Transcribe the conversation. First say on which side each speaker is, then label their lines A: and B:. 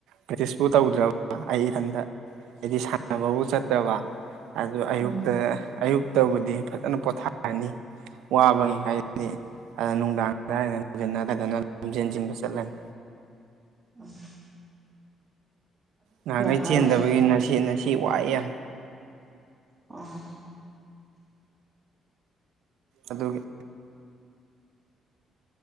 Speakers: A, on the right; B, on the right.
A: ꯄ꯭ꯔꯦꯛꯇꯤꯁꯄꯨ ꯇꯧꯗ꯭ꯔꯕ ꯑꯩ ꯏꯊꯟꯗ ꯍꯥꯏꯗꯤ ꯕꯨ ꯆꯠꯇꯕ ꯑꯗꯨ ꯑꯌꯨ
B: ꯎꯝ
A: ꯑꯌꯨꯛꯇꯕꯨꯗꯤ ꯐꯖꯅ ꯄꯣꯊꯥ ꯋꯥꯕꯅꯤ ꯍꯥꯏꯔꯗꯤ ꯑꯗ ꯅꯨꯡꯗꯥꯡꯗꯅꯤ ꯖꯅꯔꯗꯅ ꯂꯝꯖꯦꯟꯁꯤꯟꯕ ꯆꯠꯂꯅꯤ
B: ꯎꯝ
A: ꯅꯍꯥꯟꯈꯩ
B: ꯐꯔꯦ
A: ꯆꯦꯟꯗꯕꯒꯤ ꯉꯁꯤ ꯉꯁꯤ ꯋꯥꯏꯑꯦ
B: ꯑꯣ
A: ꯑꯗꯨꯒꯒꯤ